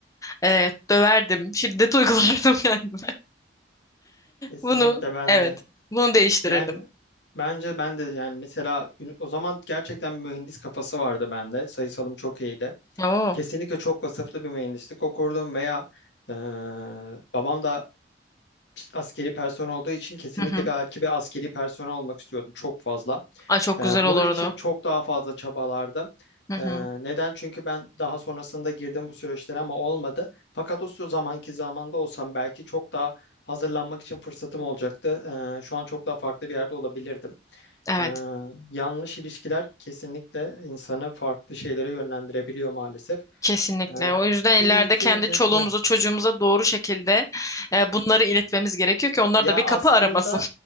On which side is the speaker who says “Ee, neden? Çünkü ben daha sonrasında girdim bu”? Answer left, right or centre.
Left